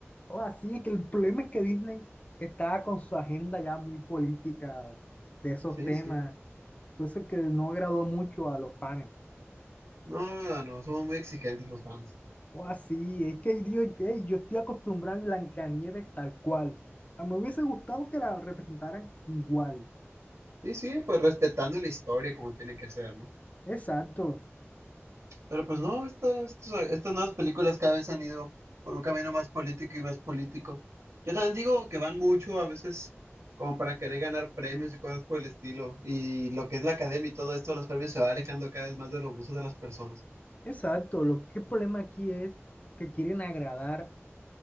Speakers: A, on the left (about 30°); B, on the right (about 80°).
A: o Así que el problema es que Disney está con su agenda ya muy política de esos
B: Sí,
A: temas
B: sí.
A: Por eso es que no agradó mucho a los fans.
B: No, no, somos muy exigentes los fans.
A: O así, es que yo, que yo estoy acostumbrado a Blancanieves tal cual. A mí me hubiese gustado que la representaran igual.
B: Sí, sí, pues respetando la historia como tiene que ser, ¿no?
A: Exacto,
B: Pero pues no, esta- estos- estas nuevas películas cada vez han ido por un camino más político y más político. Yo también digo que van mucho a veces como para querer ganar premios y cosas por el estilo. Y lo que es la academia y todo esto, los premios se va alejando cada vez más de los gustos de las personas.
A: exacto. Lo que el problema aquí es que quieren agradar